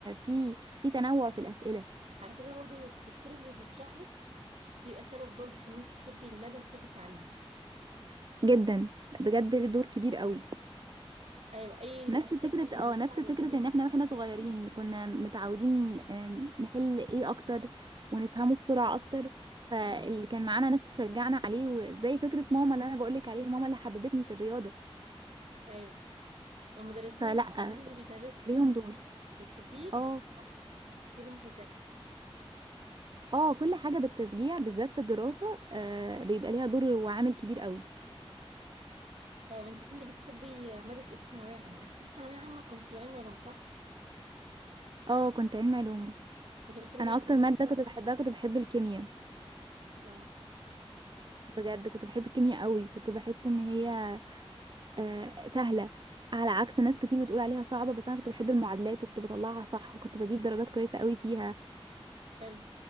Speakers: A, on the right (about 50°); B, on the right (about 90°).
A: في في تنوع في الأسئلة
B: على فكرة برضو الدكتور اللي بيشرح لك بيبقى سبب برضو في إن أنت تحبي المادة وتحبي التعليم
A: جدا بجد له دور كبير قوي
B: أيوه أي
A: نفس
B: أي
A: فكرة
B: حد بيساعدك
A: اه نفس فكرة
B: إن أنت
A: ان احنا واحنا صغيرين كنا متعودين آم، نحل ايه اكتر ونفهمه بسرعة اكتر فاللي كان معانا ناس تشجعنا عليه وزي فكرة ماما اللي انا بقولك عليها ماما اللي حببتني في الرياضة
B: أيوه والمدرسين
A: فلا
B: اللي اللي بيدرس لك
A: ليهم دور
B: بتحبيه بتذاكري
A: اه
B: أكتر تحبي أنت تذاكري
A: اه كل حاجة بالتشجيع بالذات في الدراسة آه بيبقى ليها دور وعامل كبير قوي
B: طب انت كنت بتحبي مادة ايه في ثانوية عامة؟ انت كنت ثانوية عامة كنت علمي علوم صح؟
A: اه كنت علم علوم
B: كنت بتحبي مادة
A: انا اكتر مادة كنت بحبها كنت بحب الكيمياء
B: اه
A: بجد كنت بحب الكيمياء قوي كنت بحس ان هي آه سهلة على عكس ناس كتير بتقول عليها صعبة بس انا كنت بحب المعادلات وكنت بطلعها صح وكنت بجيب درجات كويسة قوي فيها
B: حلو